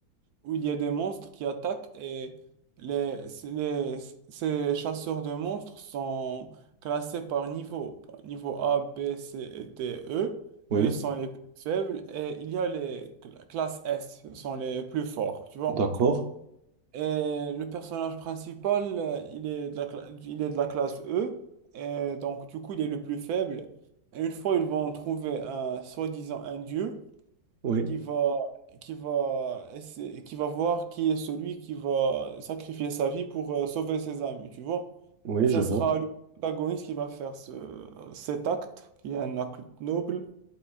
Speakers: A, on the right; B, on the right.
A: où il y a des monstres qui attaquent et les, c'est- les- ces chasseurs de monstres sont classés par niveau. Niveau A, B, C et D, E.
B: Oui,
A: Eux sont les plus faibles et il y a les cla- classes S, ce sont les plus forts, tu vois.
B: d'accord.
A: Et le personnage principal, euh, il est de la, cla- il est de la classe E et donc du coup, il est le plus faible. Et une fois, ils vont trouver un soi-disant un dieu
B: Oui,
A: qui va, qui va, essayer- qui va voir qui est celui qui va sacrifier sa vie pour euh, sauver ses amis, tu vois.
B: oui,
A: Et ça
B: je vois.
A: sera le protagoniste qui va faire ce, cet acte, qui est un acte noble.